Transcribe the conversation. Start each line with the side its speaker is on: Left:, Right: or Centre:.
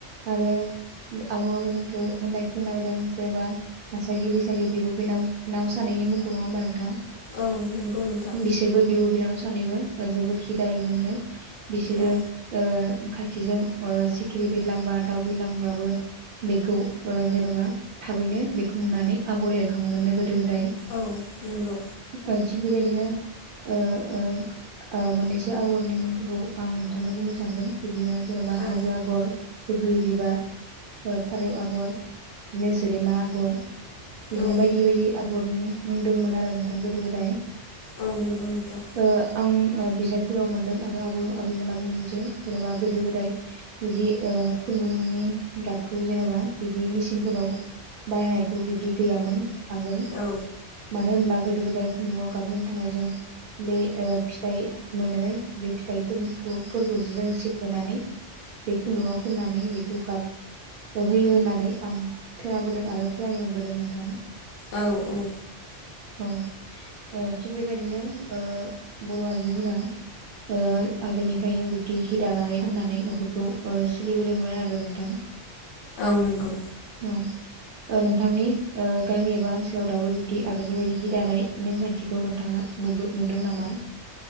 Right: आरो आबौ आबैमोनखौ होननाय खौनादों जेन'बा आसागि बैसागि बिब' बिनाव नाव सानैनि मुंखौ नङा होमबा नोंथां
Left: औ नंगौ नोंथां
Right: बिसोरबो बिब' बिनानाव सानैबो जोबोद हि दायोमोननो बिसोरो
Left: औ
Right: ओ ओमफाय थिजों सिखिरि बिरलांबा दाउ बिरलांब्राबो बेखौ ओ जेन'बा थाबैनो बेखौ नुनानै आगर एरखाङो मोननो गो गोदो गोदाय
Left: औ नंगौ
Right: ओ थिग बेबायदिनो ओ ओ ओ मोननैसो आगरनि मुंफोरखौ आं नोंथांनो बुंनो सानदों बिदिनो जेनेबा
Left: औ
Right: हाजो आगर बग्रि बिबार फारौ आगर बिदिनो जेरेमा आगर बिदिनो
Left: औ
Right: बायदि बायदि आगरनि बुंदोंमोन आरो नोंथां गोदो गोदाय
Left: औ नंगौ नोंथां।
Right: ओ आं ओ बिजाबफोराव मोनदों आरो आबौ आबै मोना बुंदों जे जेनेबा गोदो-गोदाय बिब्दि ओ खुन्दुंनि गाबखौ जेनेबा बिदि मेचिनफोराव बानायनायखौ बिबदि गैयामोन। आगोल
Left: औ
Right: मानो होनोमब्ला गोदो-गोदाय खुन्दुङाव गाबहोनो थाखाय जों बे ओ फिथाइ मोनो बे फिथाइफोरखौ फोरखौसो जोङो सिफ्लेनानै बे खुन्दुङाव होननानै बेखौ गाब होयो होननानै आं खोनाबोदों आरो फरायनो मोनबोदों नोंथां।
Left: औ औ
Right: औ ओ थिग बेबायदिनो ओ बर' आइजोफोरा ओ आगोलनिफ्रायनो बिबदि हि दानानै फाननानै न'खरखौ ओ सोलिबोदोंमोन आरो नोंथां।
Left: औ नंगौ,
Right: औ ओ नोंथांनि ओ गामि एबा ओनसोलाव दाबो बिबदि आगोलनि बायदि हि दानाय नेमखान्थिखौ नोंथाङा नुबो, नुदों नामा?